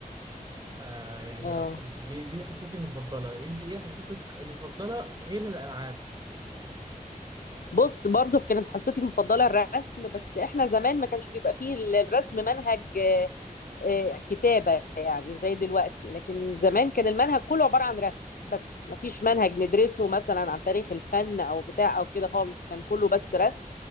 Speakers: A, on the right; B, on the left.
A: آه يعني
B: اه
A: آه، دي دي حصتي المفضلة انت ايه حصتك المفضلة غير الالعاب
B: بص برضو كانت حصتي المفضلة الرسم بس احنا زمان ما كانش بيبقى فيه الرسم منهج آه، آه، كتابة يعني زي دلوقتي لكن زمان كان المنهج كله عبارة عن رسم بس ما فيش منهج ندرسه مثلا عن تاريخ الفن او بتاع او كده خالص كان كله بس رسم